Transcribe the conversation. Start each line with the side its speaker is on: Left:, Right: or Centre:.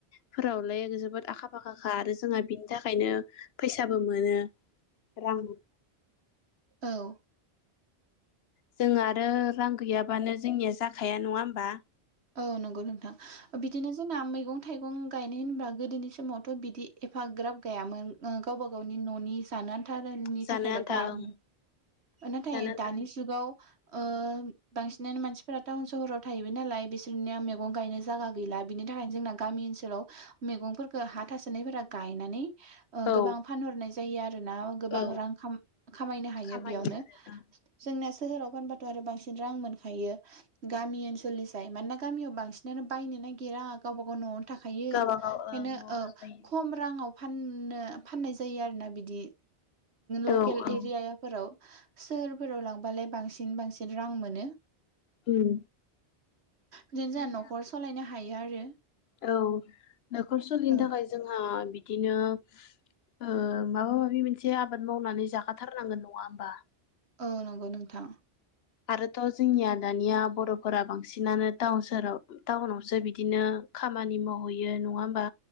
Left: फोरावलाय जोबोद। आखा फाखाखा आरो जोंहा बिनि थाखायनो फैसाबो मोनो। रां
Right: औ।
Left: जों आरो रां गैयाबानो जोंनिया जाखाया नङा होमबा।
Right: औ नंगौ नोंथां बिदिनो जोंना मैगं थाइगं गायनाय होनबा गोदोनि समावथ' बिदि। एफाग्राब गायामोन गावबा गावनि न'नि जानो आनथा फोथारनि
Left: जानो
Right: थाखायल'
Left: आन्था
Right: गाय
Left: ओं
Right: नाथाय
Left: जानो आन्था
Right: दानि जुगाव। ओ बांसिनानो मानसिफोरा टाउन सहराव थाहैबाय नालाय बिसोर। बिसोरनिया मैगं गायनो जायगा गैला बिनि थाखायनो जोंना गामि ओनसोलाव मैगंफोरखौ हा थासोनायफोरा गायनानै।
Left: औ
Right: गोबां फानहरनाय जायो आरो। ना गोबां
Left: औ
Right: रां खामायनो हायो
Left: खामायो
Right: बेयावनो
Left: आरो ओं
Right: जोंना सोह -राव फानबाथ' आरो बांसिन रां मोनखायो गामि ओनोलनिस्राय मानोना। गामियाव बांसिनानो बायनो नागिरा गावबा गाव न'आवनो थाखायो
Left: गावबागाव
Right: ओंखायनो
Left: ओं न'आव
Right: औ
Left: लागायो
Right: खम राङाव फाननो फाननाय जायो आरोना बिदि लकेल
Left: औ औ
Right: एरियाफोराव। सोहोरफोराव लांबालाय बांसिन बांसिन रां मोनो।
Left: उम
Right: बिदिनो
Left: जोंनिया
Right: जोंहा न'खर सालायनो हायो आरो।
Left: औ न'खर सलिनो
Right: औ
Left: थाखाय जोंहा बिदिनो। ओ माबा माबि मोनसे आबाद मावनानै जाखाथारनांगोन नङा होमबा।
Right: औ नंगौ नोंथां।
Left: आरोथ' जोंनिया दानिया बर'फोरा बांसिनानो टाउन सोहोराव टाउनावसो बिदिनो। खामानि मावहैयो नङा होमबा